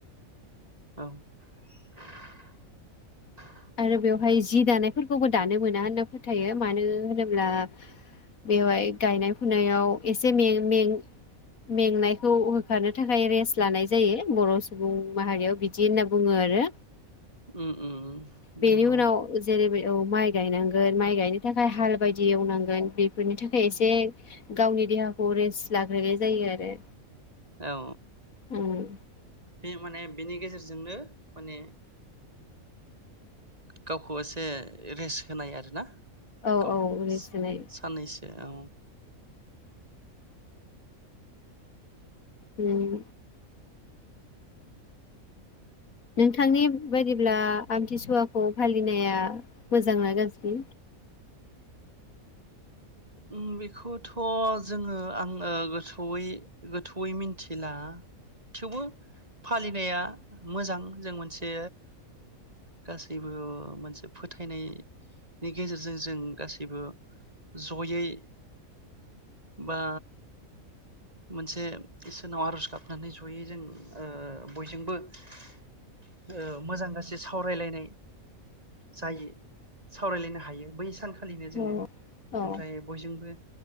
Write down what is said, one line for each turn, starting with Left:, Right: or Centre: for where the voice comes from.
Right: औ <unintelligible>
Left: आरो बेवहाय जि दानायफोरखौबो दानो मोना होनना फोथायो मानो होनोब्ला। बेवहाय गायनाय फुनायाव एसे में में मेंनायखौ। होफानो थाखाय रेस्ट लानाय जायो बर' सुबुं माहारियाव बिदि होनना बुङो आरो।
Right: उम उम
Left: बेनि
Right: नंगौ
Left: उनाव जेरै औ माइ गायनांगोन माइ गायनो थाखाय हाल बायदि एवनांगोन बेफोरनि थाखाय एसे गावनि देहाखौ रेस्ट लाग्रोनाय जायो आरो।
Right: औ।
Left: उम
Right: बे माने बेनि गेजेरजोंनो माने गावखौ एसे रेस्ट होनाय आरोना।
Left: औ
Right: गाव
Left: औ बेसेनाय।
Right: साननैसो औ
Left: होम। नोंथांनि बायदिब्ला आमथिसुवाखौ फालिनाया मोजांना गाजबो।
Right: उम बेखौथ' जोङो आङो गोथौयै गोथौयै मिथिला थेवबो फालिनाया मोजां जों मोनसे गासैबो मोनसे फोथायनायनि गेजेरजों जों गासैबो। जयै बा मोनसे इसोरनाव आर'ज गाबनानै जयै जों ओ बयजोंबो ओ मोजां गास्रि सावरायलायनाय जायो सावरायलायनो हायो बै सानखौ फालिनो जोङो
Left: औ औ
Right: ओमफ्राय बयजोंबो